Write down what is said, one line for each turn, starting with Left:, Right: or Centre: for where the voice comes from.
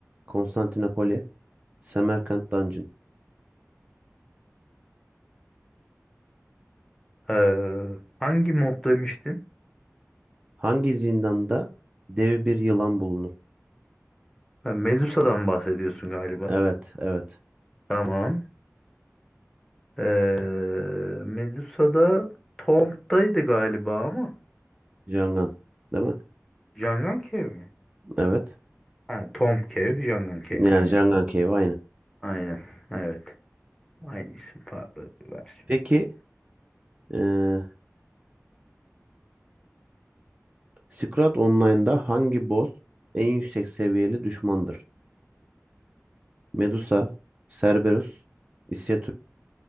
Right: Konstantinopoli, Semerkant Dungeon.
Centre: Ee, hangi mob demiştin?
Right: Hangi zindanda dev bir yılan bulunur?
Centre: Ha, Medusa'dan bahsediyorsun galiba.
Right: Evet, evet.
Centre: Tamam. Ee, Medusa'da Tomb'daydı galiba ama.
Right: Jangan, değil mi?
Centre: Jangan Cave mi?
Right: Evet.
Centre: Ha, Tomb Cave, Jangan Cave.
Right: Yani
Centre: Aynen.
Right: Jangan Cave aynı.
Centre: Aynen. Evet. Aynı isim farklı versiyondur.
Right: Peki eee Scrat Online'da hangi boss en yüksek seviyeli düşmandır? Medusa, Cerberus, İsya